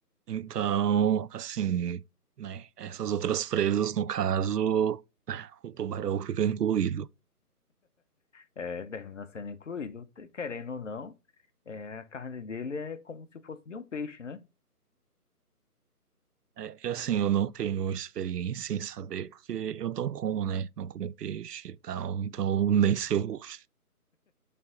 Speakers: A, on the right; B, on the left.
A: Então, assim, né? Essas outras presas, no caso, <laughs> o tubarão fica incluído.
B: É, termina sendo incluído, querendo ou não, é, a carne dele é como se fosse de um peixe, né?
A: É, que assim, eu não tenho experiência em saber, porque eu não como, né? Não como peixe e tal, então nem sei o gosto.